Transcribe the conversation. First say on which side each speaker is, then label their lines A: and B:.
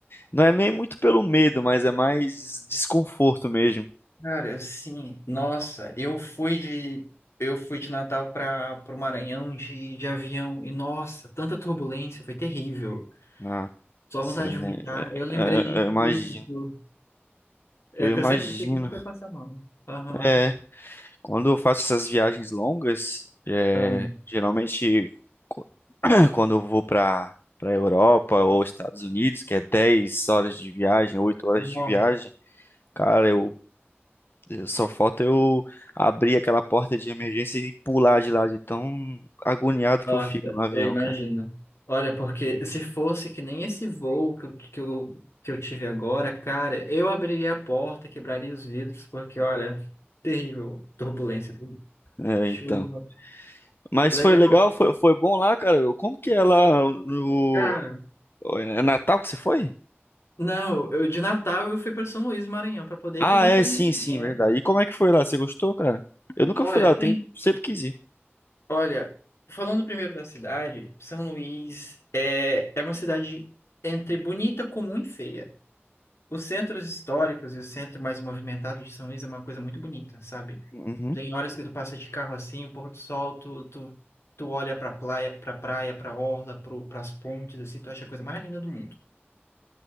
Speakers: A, on the left (about 55°); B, on the left (about 90°).
A: Não é nem muito pelo medo, mas é mais desconforto mesmo.
B: Cara, assim, nossa, eu fui de. Eu fui de Natal para o Maranhão de, de avião e, nossa, tanta turbulência, foi terrível.
A: Nossa,
B: Só vontade de
A: né?
B: vomitar. Eu lembrei
A: É,
B: de
A: é, eu imagino.
B: que, tipo, é
A: Eu imagino.
B: que eu sempre achei que nunca ia passar mal. Aham.
A: É, quando eu faço essas viagens longas, é,
B: Ah,
A: geralmente co- <clears throat> quando eu vou para para Europa ou Estados Unidos, que é 10 horas de viagem, 8 horas de
B: ah.
A: viagem, cara, eu, eu- só falta eu abrir aquela porta de emergência e pular de lá de tão agoniado
B: Nossa,
A: que eu fico no avião,
B: eu imagino.
A: cara.
B: Olha, porque se fosse que nem esse voo que, eu- que eu, que eu tive agora, cara, eu abriria a porta, quebraria os vidros, porque, olha, terrível turbulência,
A: É,
B: chuva.
A: então. Mas
B: Legal.
A: foi legal, foi, foi bom lá, cara. Como que é lá no.
B: Cara,
A: É Natal que você foi?
B: não, eu de Natal eu fui para São Luís, Maranhão, para poder
A: Ah,
B: ir para os Lençóis
A: é, sim,
B: Maranhenses.
A: sim, verdade. E como é que foi lá? Você gostou, cara? Eu nunca
B: Olha,
A: fui lá, eu
B: tem.
A: tenho... sempre quis ir.
B: Olha, falando primeiro da cidade, São Luís é, é uma cidade entre bonita, comum e feia. Os centros históricos e o centro mais movimentado de São Luís é uma coisa muito bonita, sabe?
A: Uhum.
B: Tem horas que tu passa de carro assim, o pôr do sol, tu, tu, tu olha pra praia, pra praia, pra orla, pro, pras pontes, assim, tu acha a coisa mais linda do mundo.